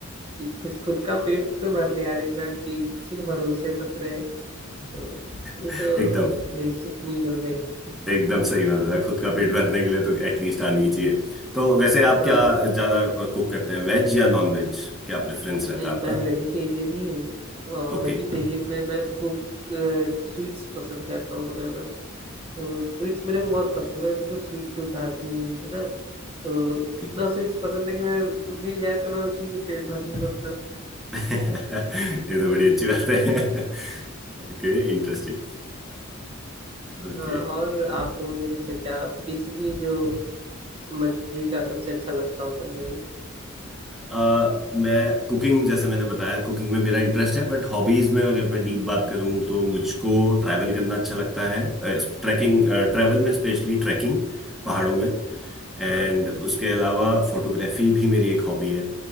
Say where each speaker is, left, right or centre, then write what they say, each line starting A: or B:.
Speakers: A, on the right; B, in the centre.
A: कि खुद खुद का पेट तो भर ले यार इंसान की किसी के भरोसे मत रहे तो ये
B: <laughs>
A: तो
B: एकदम
A: बेसिक नीड हो गई
B: एकदम सही बात बताया खुद का पेट भरने के लिए तो एटलीस्ट आनी चाहिए तो वैसे आप
A: हाँ
B: क्या ज्यादा कुक करते हैं वेज या नॉन वेज क्या प्रेफरेंस रहता
A: नहीं
B: है आपका
A: मैं वेजिटेरियन ही हूँ और
B: ओके
A: वेजिटेरियन में मैं कुक स्वीट्स पसंद करता हूँ बनाना तो स्वीट्स मेरे को बहुत पसंद है मैं बिल्कुल स्वीट टूथ आदमी हूँ है ना तो
B: ओके
A: इतना स्वीट्स पसंद है कि मैं मिल जाए तो मैं उसी से पेट भर लूंगा अपना
B: <laughs> ये तो बड़ी अच्छी बात
A: हाँ,
B: है <laughs> ओके इंटरेस्टिंग
A: <laughs>
B: ओके
A: हाँ, और आपको मतलब कैसे क्या बेसिकली जो मजे का सबसे अच्छा लगता हो करने में
B: आ, मैं कुकिंग जैसे मैंने बताया कुकिंग में मेरा इंटरेस्ट है बट हॉबीज में अगर मैं डीप बात करूं तो मुझको ट्रैवल करना अच्छा लगता है ट्रैकिंग
A: अरे
B: ट्रैवल में स्पेशली ट्रैकिंग पहाड़ों में एंड
A: वाह हाँ
B: उसके अलावा फोटोग्राफी भी मेरी एक हॉबी है